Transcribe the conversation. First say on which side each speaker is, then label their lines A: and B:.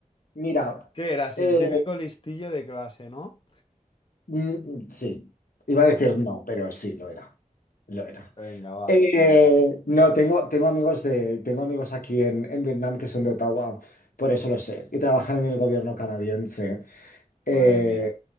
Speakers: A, on the left; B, on the left.
A: Mira,
B: ¿Qué eras?
A: eh,
B: El típico listillo de clase, ¿no?
A: mm, sí, iba a decir no, pero sí, lo era. Lo era.
B: Venga, va.
A: Eh, no, tengo, tengo amigos de, tengo amigos aquí en, en Vietnam que son de Ottawa, por eso lo sé, y trabajan en el gobierno canadiense. Eh,
B: Madre mía.